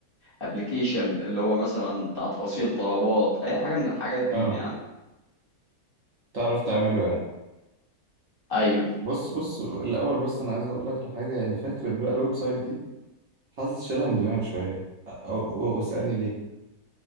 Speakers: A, on the left (about 45°); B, on the right (about 60°).
A: ابلكيشن اللي هو مثلا بتاع توصيل طلبات اي حاجه من الحاجات دي
B: اه
A: يعني
B: تعرف تعمله يعني
A: ايوه
B: بص بص الأول بس أنا عايز أقول لك على حاجة يعني فكرة بقى الويب سايت دي حاسس شيلها من دماغك شوية أو و- واسألني ليه